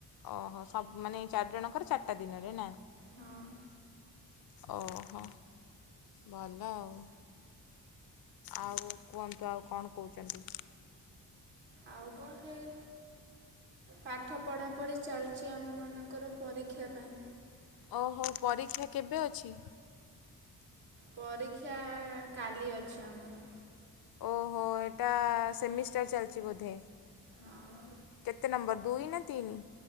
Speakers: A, on the left; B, on the right.
A: ଓହୋ ସବୁ ମାନେ ଚାରିଜଣଙ୍କର ଚାରିଟା ଦିନରେ ନା
B: ହଁ
A: ଓହୋ ଭଲ ଆଉ। ଆଉ କୁହନ୍ତୁ ଆଉ କଣ କହୁଛନ୍ତି।
B: ଆଉ କଣ ହେଇ। ପାଠ ପଢ଼ାପଢ଼ି ଚାଲିଛି ଆମମାନଙ୍କର ପରୀକ୍ଷା ପାଇଁ।
A: ଓହୋ ପରୀକ୍ଷା କେବେ ଅଛି।
B: ପରୀକ୍ଷା କାଲି ଅଛି ଆମର।
A: ଓହୋ ଏଟା ସେମିଷ୍ଟାର ଚାଲିଛି ବୋଧେ।
B: ହଁ
A: କେତେ ନମ୍ବର ଦୁଇ ନା ତିନ